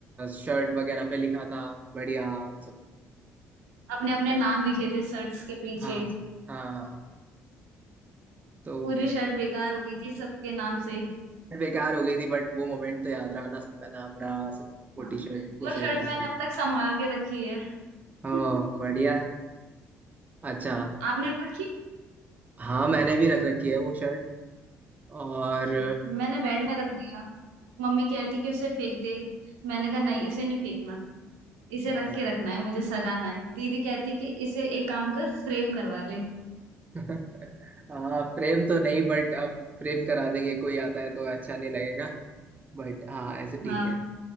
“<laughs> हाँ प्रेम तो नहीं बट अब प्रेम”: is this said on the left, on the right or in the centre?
Right